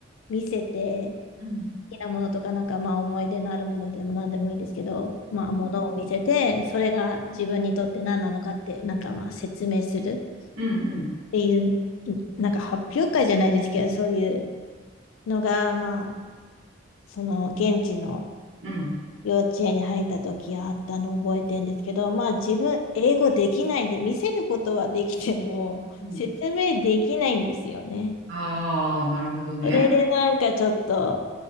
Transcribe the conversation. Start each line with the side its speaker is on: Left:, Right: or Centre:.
Left: 見せて、
Right: うん。
Left: 好きなものとか、なんかまあ思い出のあるものでも何でもいいんですけど、まあものを見せて、
Right: うん。
Left: それが自分にとって何なのかって、なんかまあ説明する
Right: うん。うん。
Left: っていう、なんか発表会じゃないですけど、そういうのがまあ、その現地の
Right: うん
Left: 幼稚園に入った時あったのを覚えてるんですけど、まあ自分英語できないんで見せることはできても <laughs>
Right: うん
Left: 説明できないんですよね。
Right: ああー、なるほどね。
Left: それでなんかちょっと、